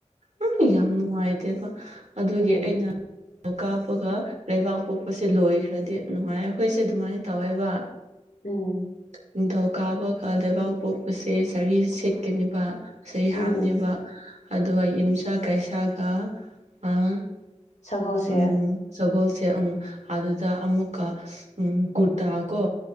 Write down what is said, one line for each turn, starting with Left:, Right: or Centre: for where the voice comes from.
Right: ꯎꯝ ꯌꯥꯝ ꯅꯨꯡꯉꯥꯏꯇꯦꯕ ꯑꯗꯨꯒꯤ
Left: ꯎꯝ
Right: ꯑꯩꯅ <unintelligible> ꯀꯥꯞꯄꯒ ꯂꯩꯕꯥꯛꯄꯣꯛꯄꯁꯦ ꯂꯣꯏꯈ꯭ꯔꯗꯤ ꯅꯨꯡꯉꯥꯏ ꯌꯦ ꯑꯈꯣꯏꯁꯦ ꯗꯨꯃꯥꯏ ꯇꯧꯋꯦꯕ
Left: ꯎꯝ
Right: ꯅꯤꯡꯊꯧꯀꯥꯕꯒ ꯂꯩꯕꯥꯛꯄꯣꯛꯄꯁꯦ ꯁꯥꯔꯤ ꯁꯦꯠꯀꯅꯤꯕ ꯁꯔꯤ
Left: ꯎꯝ
Right: ꯍꯥꯞꯅꯦꯕ ꯑꯗꯨꯒ ꯌꯨꯝꯁꯀꯩꯁꯥꯒ ꯑꯥ
Left: ꯁꯒꯣꯜꯁꯦ
Right: ꯎꯝ ꯁꯒꯣꯜꯁꯦꯜ ꯎꯝ ꯑꯗꯨꯗ ꯑꯃꯨꯛꯀ ꯎꯝ ꯀꯨꯔꯇꯥ ꯀꯣ